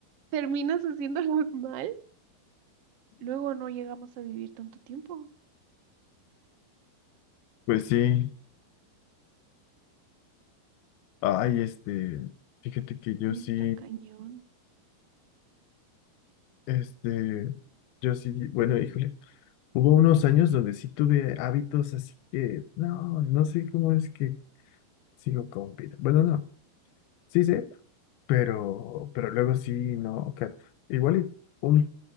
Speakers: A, on the right; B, on the left.
A: terminas haciéndolos <laughs> mal, luego no llegamos a vivir tanto tiempo.
B: pues sí, ay, este, fíjate que yo
A: Y
B: sí,
A: está cañón.
B: este, yo sí, bueno, híjole, hubo unos años donde sí tuve hábitos así que, no, no sé cómo es que sigo con vida. Bueno, no, sí sé, pero, pero luego sí, no, Kat. Igual y un